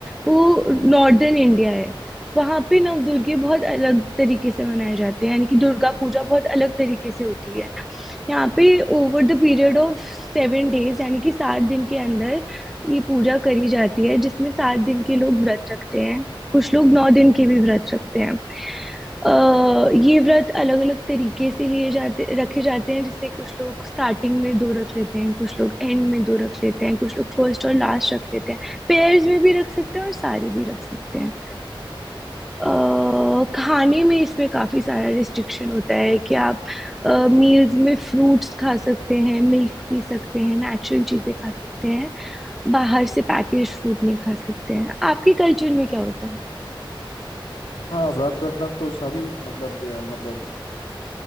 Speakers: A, in the centre; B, on the left (about 75°).
A: वो नॉर्दर्न इंडिया है वहाँ पे नवदुर्गे बहुत अलग तरीके से मनाए जाते हैं यानी कि दुर्गा पूजा बहुत अलग तरीके से होती है यहाँ पे over the period of सेवन days यानी कि सात दिन के अंदर ये पूजा करी जाती है जिसमें सात दिन के लोग व्रत रखते हैं कुछ लोग नौ दिन के भी व्रत रखते हैं अ, ये व्रत अलग अलग तरीके से लिए जाते रखे जाते हैं जैसे कुछ लोग स्टार्टिंग में दो रख लेते हैं कुछ लोग एंड में दो रख लेते हैं कुछ लोग फर्स्ट और लास्ट रख लेते हैं पेयर्स में भी रख सकते हैं और सारे भी रख सकते हैं अ, खाने में इसमें काफी सारा रिस्ट्रिक्शन होता है कि आप मील्स में फ्रूट्स खा सकते हैं मिल्क पी सकते हैं नेचुरल चीजें खा सकते हैं बाहर से पैकेज फूड नहीं खा सकते हैं आपके कल्चर में क्या होता है
B: हाँ व्रत रखना तो सभी मतलब अ, मतलब